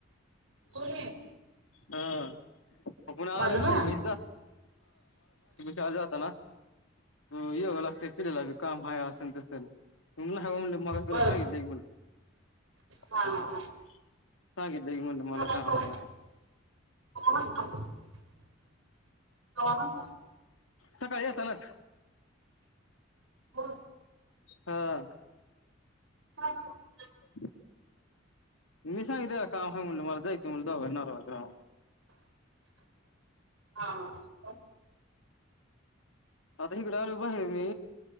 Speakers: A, on the right; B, on the left.
A: कोण ए?
B: हा <inaudible> हा‌‌ माज्यापाशी
A: ना
B: आली येताना. हो <unintelligible> काम हाय असं न तसं न. मी होय म्हणलं मगाशी तुला
A: बरं
B: सांगितलंय की <inaudible>
A: हा हा हा
B: सांगि लय म्हणलं मला
A: त्याला
B: काम
A: कवा
B: आहे हां.
A: <inaudible> म्हणला
B: सकाळी येतानाच.
A: होय
B: हा.
A: <inaudible>
B: मी सांगितलं त्याला मला काम हाय म्हणून मला जायच तुम्ही दोघांनी नवरा बायको या
A: हा का?
B: आता इकडे आलो बाहेर मी